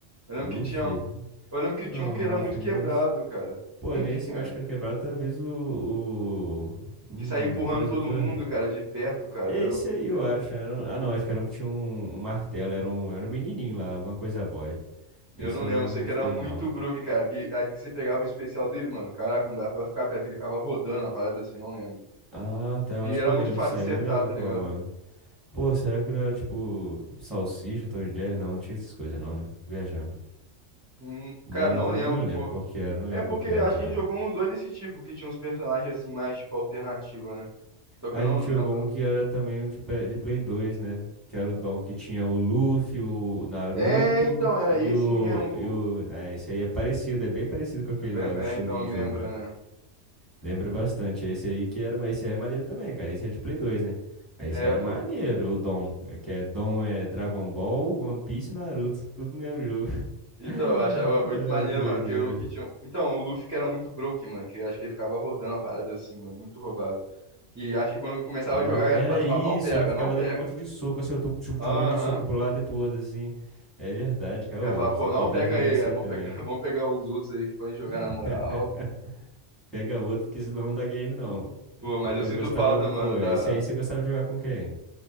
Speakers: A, on the right; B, in the centre.
A: Eu lembro
B: O Luffy?
A: que tinha, um- eu lembro que
B: Não,
A: tinha um que era
B: o Luffy
A: muito quebrado,
B: nesse.
A: cara.
B: Pô,
A: Não
B: nesse
A: tinha.
B: eu acho que era quebrado, talvez o, o. hum,
A: Que saía
B: Não
A: empurrando
B: lembro, talvez
A: todo
B: o Kirby.
A: mundo, cara, de perto, cara.
B: É
A: Era
B: esse
A: muito.
B: aí,
A: que-
B: eu acho. Era- Ah, não, acho que era um que tinha um, um martelo. Era um, era um menininho lá, alguma coisa boy.
A: Eu
B: Esse
A: não
B: eu
A: lembro,
B: não lembro
A: eu sei
B: muito
A: que era
B: dele,
A: muito
B: não.
A: Brook, cara. Que, aí que você pegava o especial dele, mano. Caraca, não dava pra ficar perto, que ele ficava rodando uma parada assim, não lembro.
B: Ah, tá, eu
A: E
B: acho
A: era
B: que eu lembro
A: muito fácil
B: disso aí,
A: acertar,
B: mas eu não lembro qual
A: tá
B: que
A: ligado?
B: é o nome. Pô, será que não era tipo Salsicha, Tom e Jerry? Não, não tinha essas coisas, não, né? Tô viajando.
A: Hum,
B: Da
A: cara,
B: Nintendo,
A: não lembro
B: não lembro
A: porque.
B: qual que era, não
A: É
B: lembro
A: porque
B: qual que
A: acho
B: era também.
A: que a gente jogou uns dois desse tipo, que tinha uns personagens assim, mais tipo alternativa, né? Só que
B: A
A: eu não
B: gente
A: lembro.
B: jogou um que era também um de, pe- de Play 2, né? Que era o Dom, que tinha o Luffy, o Naruto
A: É, então, era
B: e
A: esse
B: o,
A: mesmo, pô.
B: e o... Ah, esse aí é parecido, é bem parecido com aquele
A: É,
B: lá,
A: é,
B: o estilo
A: é, então,
B: de
A: lembra,
B: jogo, né?
A: né?
B: Lembro bastante. Esse aí que era, esse era maneiro também, cara. Esse era de Play 2, né? Mas
A: É,
B: esse era
A: pô.
B: maneiro, o Dom. É Que é Dom é Dragon Ball, One Piece e Naruto. Tudo no mesmo jogo.
A: Então,
B: <laughs>
A: eu achava
B: Ai,
A: muito maneiro,
B: que doideira.
A: mano, porque o que tinha. Então, o Luffy que era muito broke, mano, que eu acho que ele ficava rodando a parada assim, mano, muito roubado. Que acho que quando eu começava
B: Ah,
A: a jogar,
B: era
A: eu falava assim,
B: isso.
A: ó, não pega,
B: Ele ficava
A: não pega.
B: dando um monte de soco, assim, eu tu tu- tu-
A: Aham.
B: um monte de soco pro lado e pro outro, assim. É verdade, cara.
A: O cara
B: Ô,
A: fala,
B: a gente
A: pô,
B: tem
A: não
B: que voltar
A: pega
B: a jogar
A: ele,
B: isso
A: cara.
B: aí
A: Vamos
B: também.
A: pegar, <laughs> vamos pegar os outros aí que podem jogar
B: <laughs>
A: na moral.
B: Pega outro, porque senão não dá game, não.
A: Pô, mas eu
B: Eu
A: sinto
B: gostava,
A: falta, mano,
B: pô, esse
A: da
B: aí você gostava de jogar com quem?